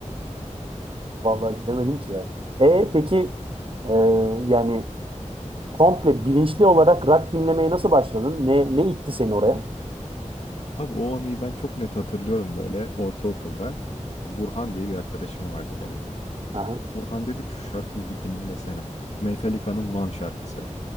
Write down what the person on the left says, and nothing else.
<laughs> Abi o anıyı ben çok net hatırlıyorum böyle ortaokulda. Burhan diye bir arkadaşım vardı benim.
Burhan dedi ki şu şarkıyı bir dinlesene. Metallica'nın One şarkısı.